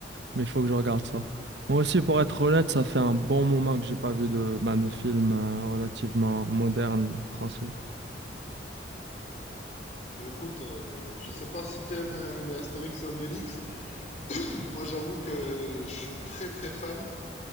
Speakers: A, on the right; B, on the left.
A: Mais il faut que je regarde ça. Moi aussi, pour être honnête, ça fait un bon moment que j'ai pas vu de, ben, de film euh, relativement moderne français.
B: Ben écoute, euh, je sais pas si t'aimes euh, les Astérix et Obélix. Moi, j'avoue que je suis très très fan,